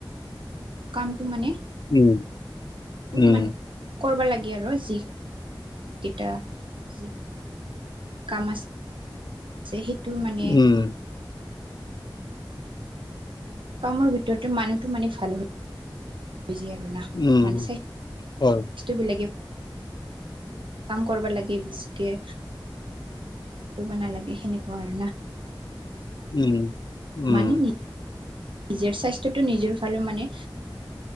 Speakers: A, on the right; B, on the left.
A: কামটো মানে।
B: উম উম।
A: মানে কৰিব লাগে আৰু যি কেইটা যি কাম আছে। যে সেইটো মানে।
B: উম,
A: কামৰ ভিতৰতে মানুহটো মানে ভাল হয়। আৰু না
B: উম,
A: মানে
B: হয়,
A: স্ববলাকে। কাম কৰিব লাগে বেছিকে। কবা নালাগে সেনেকুৱা আৰু না
B: উম - উম।
A: মানে নিজৰ স্বাস্থ্যটো নিজৰ ভালে মানে